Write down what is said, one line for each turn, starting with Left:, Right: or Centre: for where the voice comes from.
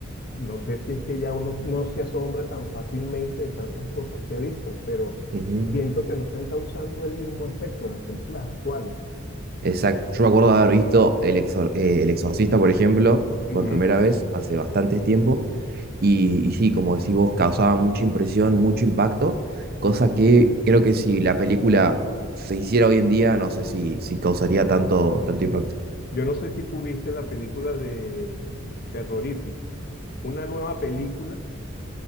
Left: no sé si es que ya uno no se asombra tan fácilmente de tantas cosas que ha visto, pero
Right: Ujú.
Left: siento que no están causando el mismo efecto las películas actuales.
Right: Exacto. Yo me acuerdo de haber visto El Exor- eh, El Exorcista, por ejemplo,
Left: Ujú.
Right: por primera vez hace bastante tiempo. Y, y sí, como decís vos, causaba mucha impresión, mucho impacto. Cosa que creo que si la película se hiciera hoy en día, no sé si, si causaría tanto, tanto impacto.
Left: Yo no sé si tú viste la película de Terrorífico, una nueva película